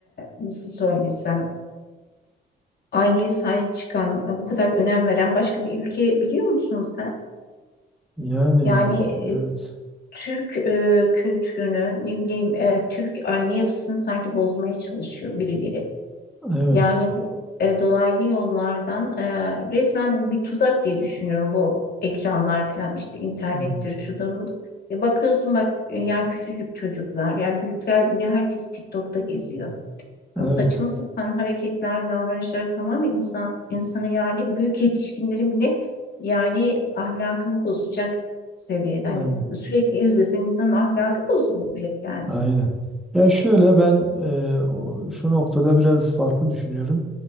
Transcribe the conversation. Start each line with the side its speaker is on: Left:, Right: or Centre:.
Left: nasıl söylesem aileye sahip çıkan e, bu kadar önem veren başka bir ülke biliyor musun sen?
Centre: Yani
Left: Yani e,
Centre: evet.
Left: Türk e, kültürünü ne bileyim e, Türk aile yapısını sanki bozmaya çalışıyor birileri.
Centre: Evet.
Left: Yani bu e, dolaylı yollardan e, resmen bu bir tuzak diye düşünüyorum bu ekranlar falan işte internettir
Centre: Evet.
Left: şudur budur. E, bakıyorsun bak e, ya küçücük çocuklar yani büyükler bile herkes TikTok'ta geziyor.
Centre: Evet.
Left: Yani saçma sapan hareketler, davranışlar tamamen insan insanı yani büyük yetişkinlerin bile yani ahlakını bozacak seviyede. Hani
Centre: Evet.
Left: sürekli izlesen insanın ahlakı bozulur yani.
Centre: Aynen. Ya şöyle ben e, o- şu noktada biraz farklı düşünüyorum.